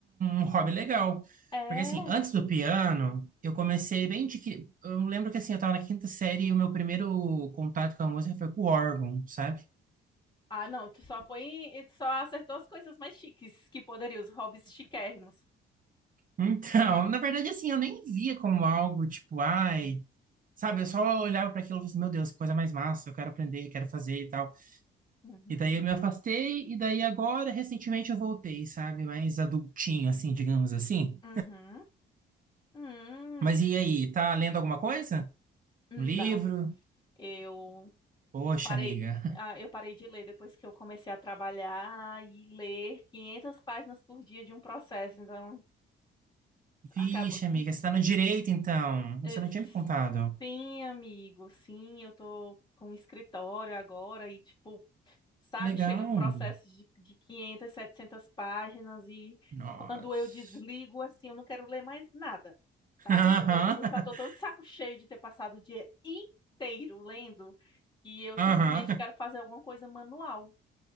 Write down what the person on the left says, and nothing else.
<laughs> É.
Ah, não, tu só foi, em- tu só acertou as coisas mais chiques que poderiam, os hobbies chiquérrimos.
Uhum,
uhum, hum,
não,
eu,
eu parei,
ah, eu parei de ler depois que eu comecei a trabalhar e ler 500 páginas por dia de um processo, então
acaba.
Eh,
Sim, amigo, sim, eu tô com um escritório agora e, tipo, sabe?
Chega processos de, de 500, 700 páginas e
quando eu desligo, assim, eu não quero ler mais nada, sabe?
Eu, eu já tô tão de saco cheio de ter passado o dia inteiro lendo que eu simplesmente
quero fazer alguma coisa manual.